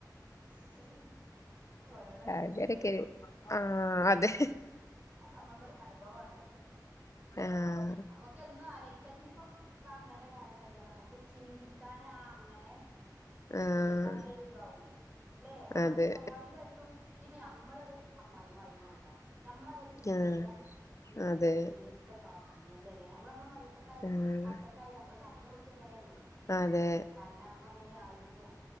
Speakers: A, on the right; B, on the left.
A: <inaudible> ഓരോരോ അത്ഭുതങ്ങള്
B: അങ്ങനൊക്കെ ഒരു ആഹ് അതെ
A: നമ്മള് ത് അനുഭവാണ് പറിയേ
B: ഏഹ് ആഹ്
A: നമ്മക്ക് എന്നും ആലോയ്ക്കാം ഇനിയിപ്പോ ഇപ്പൊ അമ്മന്റെ കാലം കഴിഞ്ഞാല് നമ്മുക്ക് ചിന്തിക്കാന് ആഹ് അമ്മനെ
B: ആഹ്
A: ചിന്തിക്കാള്ളൊരൂ ഇതാവുണ്ട് ല്ലെ നമ്മള്
B: അതെ
A: സ്വാഭാവികായിട്ടും ഇനിപ്പ നമ്മളൊരു അമ്മായി അമ്മായി കൂട്ടാ നമ്മള <unintelligible> ചിന്തിക്ക
B: ആഹ്
A: ഇന്നപ്പോ
B: അതെ
A: ഇങ്ങനെ ഇങ്ങനെയൊക്കെ കാട്ടീനിയല്ലോല്ലേ നമ്മള്. നമ്മുടെ മരിയെക്കെക്കായാലും
B: ആഹ്
A: മക്ക ക്കായാലും നമ്മള് പർഞ്ഞൊട്ക്ക ങ്ങനെയല്ലേ.
B: അതെ
A: കാരണം അമ്മ അങ്ങനെ ആയിരുന്നു